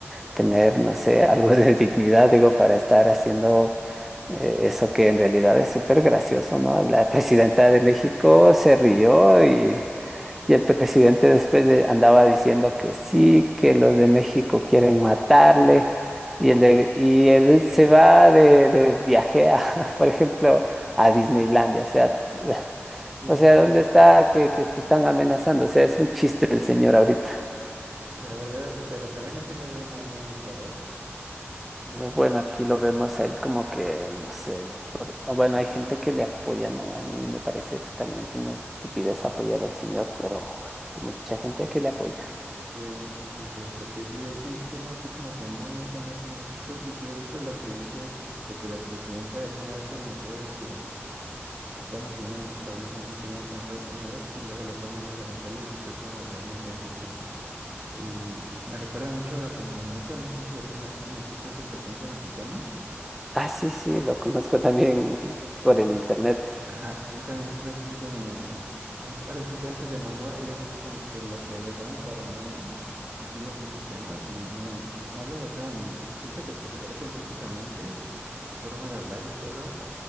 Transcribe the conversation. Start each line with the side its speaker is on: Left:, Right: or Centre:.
Centre: tener, no sé, <laughs> algo de dignidad, digo, para estar haciendo eh, eso que en realidad es súper gracioso, ¿no? La presidenta de México se rió y, y el presidente después de- andaba diciendo que sí, que los de México quieren matarle. Y, el de, y él se va de, de viaje a, <laughs> por ejemplo, a Disneylandia. O sea, <laughs>
Right: Sí,
Centre: o
Right: sí,
Centre: sea,
Right: sí.
Centre: ¿dónde está que, que te están amenazando? O sea, es un chiste el señor ahorita.
Right: La verdad, pero también así lo ven ahí en Ecuador.
Centre: No, Bueno, aquí lo vemos a él como que, no sé, ¿no? Por- o bueno, hay gente que le apoya, ¿no? A mí me parece totalmente una estupidez apoyar al señor, pero sí, hay mucha gente que le apoya.
Right: Sí, hay mucha gente, porque sí, es un tema así como que muy, muy candente en México. Y sí he visto lo que dices de que la presidenta alguna vez se mofó de que estamos teniendo problemas muy cañones con Estados Unidos y luego le ponen los aranceles y fue como de no inventes, ¿no? Y me recuerda mucho a Peña Nieto, no sé si alguna vez conociste a ese presidente mexicano.
Centre: Ah, sí, sí, lo conozco también
Right: Bueno,
Centre: por el internet.
Right: Ajá, él también fue así como, an- ahora sí que antes de Novoa, él era así como que lo que agarraban para memes, aquí los mexicanos, y no, no lo bajaban y siento que hasta se parecen físicamente, su forma de hablar y todo,